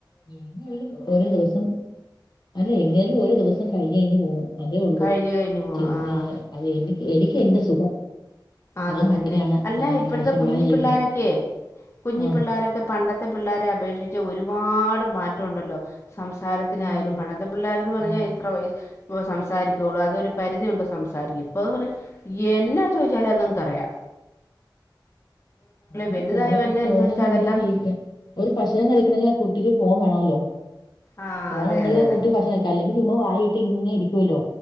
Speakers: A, on the left; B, on the left.
A: എങ്ങെല്ലും ഓരോ ദിവസം അല്ല എങ്ങേലും ഓരോ ദിവസം കഴിഞ് കഴിഞ്ഞ് പോണു. അതേ ഉള്ളൂ.
B: കഴിഞ്ഞ് കഴിഞ്ഞ് പോണു
A: ചെൻ
B: ആഹ്
A: ഏഹ് അത് എനിക്ക് എനിക്ക് എന്റെറ സുഖം.
B: അത്
A: ആ
B: തന്നെ.
A: മട്ടിലാണ്
B: അല്ല
A: ആ,
B: ഇപ്പഴത്തെ
A: മനുഷ്യന്മാര്
B: കുഞ്ഞി
A: ജീവിക്കണേ
B: പിള്ളോരൊക്കെ കുഞ്ഞി
A: ആ
B: പിള്ളോരൊക്കെ പണ്ടത്തെ പിള്ളോരെ അപേക്ഷിച്ച് ഒരുപാട് മാറ്റവുണ്ടല്ലോ സംസാരത്തിനായാലും
A: ഉണ്ട്ണ്ട്
B: പണ്ടത്തെ പിള്ളോരന്ന് പറഞ്ഞാ
A: ഉം
B: എത്ര വയെ വ സം സാരിക്കുള്ളൂ അതൊരു പരിധിയുണ്ട് സംസാരിക്കും. ഇപ്പൊർഞാ എന്നാ ചോയ്ച്ചാലും അത്ൻക്കറിയാ
A: അങ്ങന്നെ
B: വലുതായി
A: ഫോണും
B: വരുന്ന
A: ഫോണും
B: അനുസരിച്ച്
A: കണ്ട്
B: അതെല്ലാം
A: ടീവി ഒരു ഭക്ഷണം കഴിക്കണമെങ്കിൽ ആ കുട്ടിക്ക് ഫോൺ വേണമല്ലോ
B: ആ
A: ഫോണൊണ്ടെങ്കിൽ
B: അതെ അതെ
A: ആ
B: അതെ
A: കുട്ടി ഭക്ഷണം കഴിക്കും. അല്ലെങ്കിൽ ചുമ്മാ വായിട്ട് ഇങ്ങെ ഇരിക്കുവല്ലോ